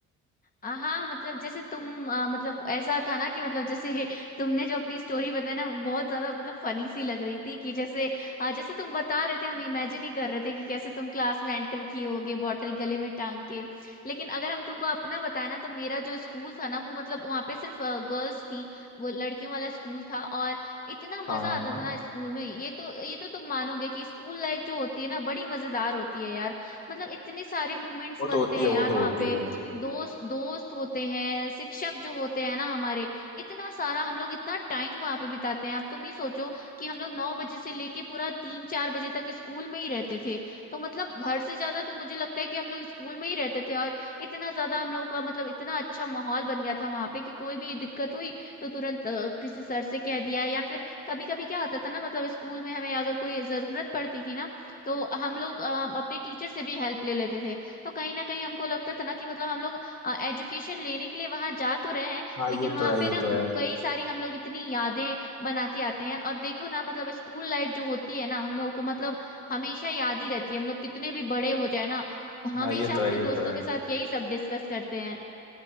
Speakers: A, on the left (about 30°); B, on the left (about 65°).
A: आ, हाँ मतलब जैसे तुम आ, मतलब ऐसा था ना कि मतलब जैसे <laughs> तुमने जो अपनी स्टोरी बताई ना बहुत ज्यादा मतलब फनी सी लग रही थी कि जैसे आ, जैसे तुम बता रहे थे हम इमेजिन ही कर रहे थे कि कैसे तुम क्लास में एंटर किए होगे बॉटल गले में टांग के लेकिन अगर हम तुमको अपना बताए ना तो मेरा जो स्कूल था ना वो मतलब वहाँ पे सिर्फ गर्ल्स थी वो लड़कियों वाला स्कूल था और इतना
B: हाँ
A: मजा आता था ना स्कूल में ये तो ये तो तुम मानोगे कि स्कूल लाइफ जो होती है ना बड़ी मजेदार होती है यार मतलब इतने सारे मोमेंट्स
B: वो
A: बनते
B: तो होती
A: हैं
B: है
A: यार
B: वो तो
A: वहाँ
B: होती
A: पे
B: है
A: दोस्त दोस्त होते हैं शिक्षक जो होते हैं ना हमारे इतना सारा हम लोग इतना टाइम वहां पे बिताते हैं अब तुम ही सोचो कि हम लोग नौ बजे से लेके पूरा तीन चार बजे तक स्कूल में ही रहते थे तो मतलब घर से ज्यादा तो मुझे लगता है कि हम लोग स्कूल में ही रहते थे और इतना ज्यादा हम लोगों का मतलब इतना अच्छा माहौल बन गया था वहां पे कि कोई भी दिक्कत हुई तो तुरंत अ, किसी सर से कह दिया या फिर कभी कभी क्या होता था ना मतलब स्कूल में हमें अगर कोई जरूरत पड़ती थी ना तो हम लोग अ, अपने टीचर से भी हेल्प ले लेते थे तो कहीं ना कहीं हमको लगता था ना कि मतलब हम लोग एजुकेशन लेने के लिए वहां जा तो रहे हैं
B: हाँ
A: लेकिन
B: ये
A: वहां
B: तो है
A: पे
B: ये
A: ना
B: तो है
A: कई सारी हम लोग इतनी यादें बना के आते हैं और देखो ना मतलब स्कूल लाइफ जो होती है ना हम लोगों को मतलब हमेशा याद ही रहती है हम लोग कितने भी बड़े हो जाए ना हमेशा
B: हाँ ये तो
A: अपने
B: है ये
A: दोस्तों
B: तो है
A: के साथ यही सब डिस्कस करते हैं